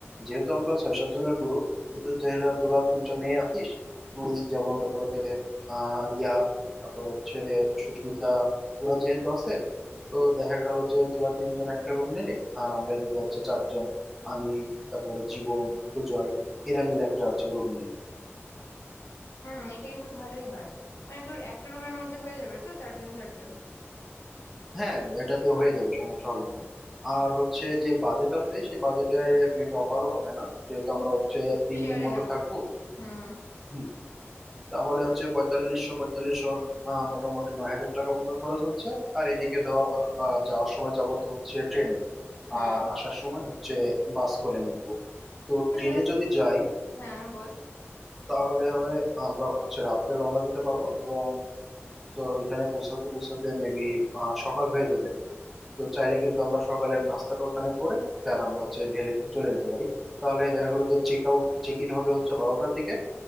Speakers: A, in the centre; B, on the left (about 70°).
A: যেহেতু আমরা ছয় সাত জনের গ্রুপ যেহেতু যেহেতু তোরা তিনটা মেয়ে আছিস তুই যেমন তারপরে আহ, রিয়া তারপর হচ্ছে সুস্মিতা ওরা যেহেতু আছে তো দেখা গেল যে তোরা তিনজন একটা রুম নিলে আর আমরা এদিকে হচ্ছে চারজন আমি তারপরে জীবন সুজয় এরা মিলে একটা হচ্ছে রুম নিলাম
B: হুম এটা কিন্তু ভালোই হয় মানে তোর একটা রুমের মধ্যে হয়ে যাবে তো চারজন চারজন
A: হ্যাঁ এটাতে হয়ে যাবে সমস্যা হবে না আর হচ্ছে যে বাজেট আছে সেই বাজেটে মেবি অফারও হবে না যেহেতু আমরা হচ্ছে তিন
B: শেয়ারে
A: দিন মতো
B: নেবো
A: থাকবো
B: হুম
A: হুম। তাহলে হচ্ছে পঁয়তাল্লিশশো পঁয়তাল্লিশশো আহ, মোটামুটি নয় হাজার টাকা মতো খরচ হচ্ছে আর এদিকে ধর আহ, যাওয়ার সময় যাবো তো হচ্ছে ট্রেনে
B: হ্যাঁ
A: আর আসার সময় হচ্ছে বাস করে নিব তো
B: আচ্ছা
A: ট্রেনে যদি যাই
B: হ্যাঁ বল
A: তাহলে হয় আমরা হচ্ছে রাত্রে রওনা দিতে পারবো এবং তোর ওইখানে পৌঁছাতে পৌঁছাতে মেবি সকাল হয়ে যাবে তো চাইলে কিন্তু আমরা সকালের নাস্তাটা ওখানে করে দেন আমরা হচ্ছে ভ্যালিতে চলে যেতে পারি তাহলে দেখা গেল যে চেক আউট চেক ইন হবে হচ্ছে বারোটার দিকে